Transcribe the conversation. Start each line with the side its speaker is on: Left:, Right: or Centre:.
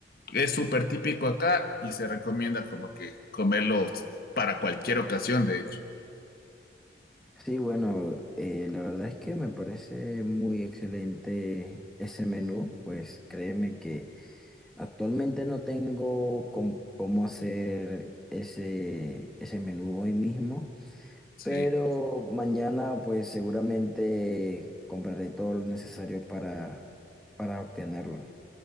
Left: es súper típico acá y se recomienda como que comerlo para cualquier ocasión, de hecho.
Centre: Sí, bueno, eh, la verdad es que me parece muy excelente ese menú, pues créeme que Actualmente no tengo con cómo hacer ese, ese menú hoy mismo,
Left: Sí.
Centre: pero mañana pues seguramente compraré todo lo necesario para, para obtenerlo.